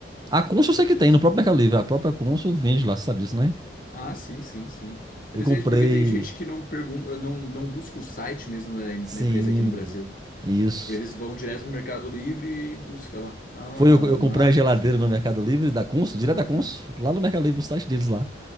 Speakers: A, on the right; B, on the left.
A: A Consul
B: Com certeza.
A: eu sei que tem, no próprio Mercado Livre. A própria Consul vende lá, você sabe disso, né?
B: Ah, sim, sim, sim. Eles
A: Eu comprei.
B: vendem porque tem gente que não pergunta, não, não busca o site mesmo na, na
A: Sim,
B: empresa aqui no Brasil.
A: isso.
B: Eles vão direto no Mercado Livre e busca lá. Ah,
A: Foi eu, eu
B: máquina
A: comprei a geladeira
B: de.
A: no Mercado Livre da Consul,
B: Aham.
A: direto da Consul, lá no Mercado Livre, no site deles lá.